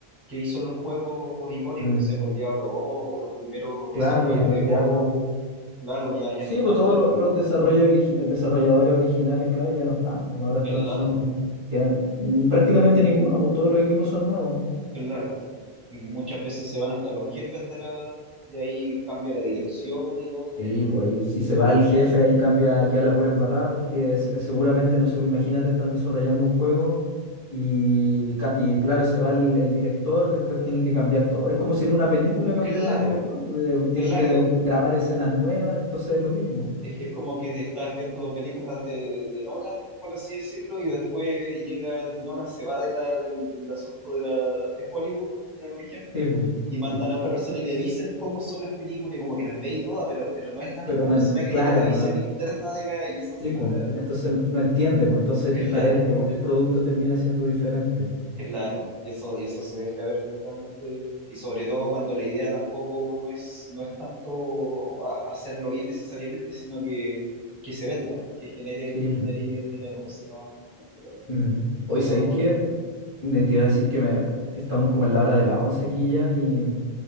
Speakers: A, on the right; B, on the right.
A: que hizo los juegos icónicos,
B: Mm,
A: no sé, por el Diablo 2 o los primeros
B: claro,
A: desarrolladores
B: los
A: de WoW,
B: diablos.
A: claro, ya, ya
B: Sí,
A: no están
B: pues todos
A: ya,
B: los
A: pues.
B: los, desarrollo origi- desarrolladores originales, claro, ya no están, pues ahora están,
A: Claro,
B: son quedan- mm, prácticamente ninguno, pues todos los equipos son nuevos.
A: claro. Y muchas veces se van hasta los jefes de la... y ahí cambia la dirección y todo el
B: Sí,
A: tema.
B: pues
A: Encuentro
B: ahí, si se
A: gente
B: va el
A: que
B: jefe,
A: no.
B: ahí cambia, queda la pura embarrada, porque se- seguramente, no sé, pues imagínate, están desarrollando un juego y, ca- y claro, se va el, el director, después tienen que cambiar todo. Es como si en una película cambiaran
A: Claro,
B: el director, pues, eh,
A: claro.
B: tienen que em, grabar escenas nuevas, entonces es lo mismo.
A: Es, es como que te estás viendo películas de, de Nolan, por así decirlo, y después llega, Nolan se va de la, del, del asunto de, la, de Hollywood, por poner un ejemplo,
B: Sí, pues.
A: y mandan
B: Y-
A: a otra persona y le dicen cómo son las películas, y como que las ve y todas, pero, pero no es la misma
B: pero no,
A: persona
B: en-
A: que
B: claro,
A: tiene la visión
B: pues, no.
A: interna de la, y eso se
B: Sí,
A: nota.
B: pues, entonces no, no entiende, pues entonces es
A: Claro.
B: diferente, igual el producto termina siendo diferente.
A: Claro, y eso, y eso se deja ver justamente, y sobre todo cuando la idea tampoco no es, no es tanto a- hacerlo bien necesariamente, sino que, que se venda, que genere,
B: Sí,
A: que
B: pues.
A: genere dinero, eso es lo más importante. ¿no?
B: Mm. Hoy,
A: Pero
B: ¿sabéis qué?
A: bueno,
B: Ne- Te iba a decir que me, estamos como en la hora de las 11 aquí ya y